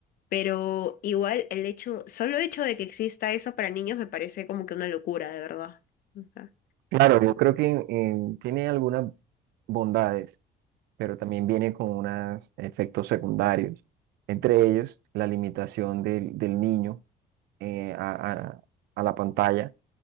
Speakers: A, on the left; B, on the right.
A: Pero igual el hecho, solo hecho de que exista eso para niños me parece como que una locura, de verdad. Ajá.
B: Claro, yo creo que eh, tiene algunas bondades. pero también viene con unos efectos secundarios, entre ellos la limitación del, del niño eh, a, a- a la pantalla.